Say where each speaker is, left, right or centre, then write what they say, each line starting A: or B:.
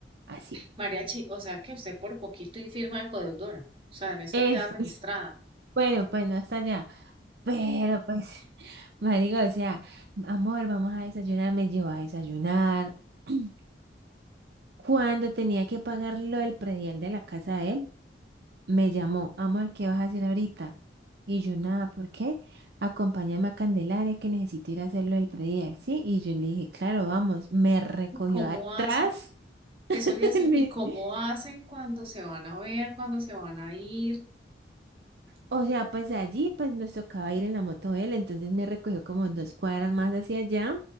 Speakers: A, on the right; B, on the right.
A: Así.
B: Mariachi, o sea que usted por poquito y firma de codeudora. O sea, en esto
A: Es.
B: queda registrada.
A: <laughs> Bueno, pues no está allá. Pero pues, <laughs> marico, o sea, amor, vamos a desayunar, me llevó a desayunar. <clears throat> Cuando tenía que pagar lo del predial de la casa de él, me llamó, amor, ¿qué vas a hacer ahorita? Y yo, nada, ¿por qué? Acompáñame a Candelaria que necesito ir a hacer lo del predial, ¿sí? Y yo le dije, claro, vamos. Me recogió
B: ¿Cómo
A: atrás,
B: hace? Eso
A: <laughs>
B: le iba a decir, ¿y cómo hacen cuando se van a ver, cuando se van a ir?
A: O sea, pues allí pues nos tocaba ir en la moto él, entonces me recogió como dos cuadras más hacia allá,